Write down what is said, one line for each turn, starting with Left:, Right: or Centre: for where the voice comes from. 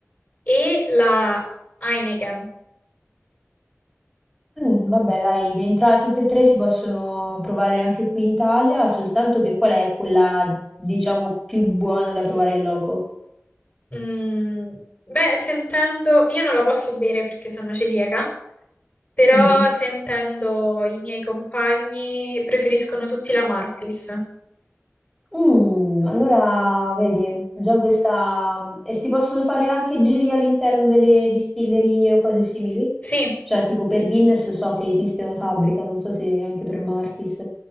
Left: e la Heineken.
Centre: Mm, vabbè, dai, entra- tutte e tre si possono provare anche qui in Italia, soltanto che qual è quella, diciamo, più buona da provare in loco?
Left: Mm, beh, sentendo, io non la posso bere perché sono celiaca, però
Centre: mhm.
Left: sentendo i miei compagni preferiscono tutti la Murphy's.
Centre: Mm, allora, vedi, già questa... E si possono fare anche giri all'interno delle distillerie o cose simili?
Left: Sì,
Centre: Cioè, tipo per Guinness so che esiste una fabbrica, non so se anche per Murphy's.